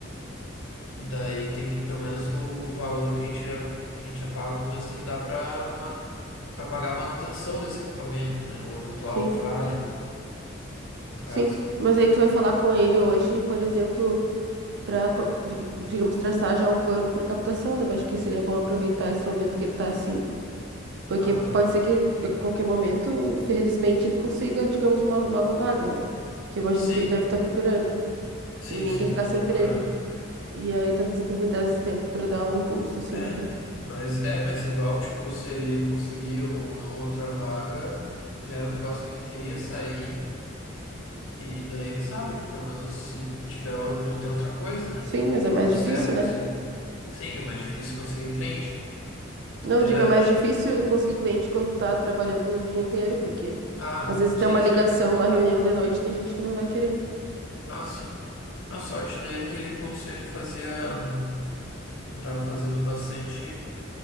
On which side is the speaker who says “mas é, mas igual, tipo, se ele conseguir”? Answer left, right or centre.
Left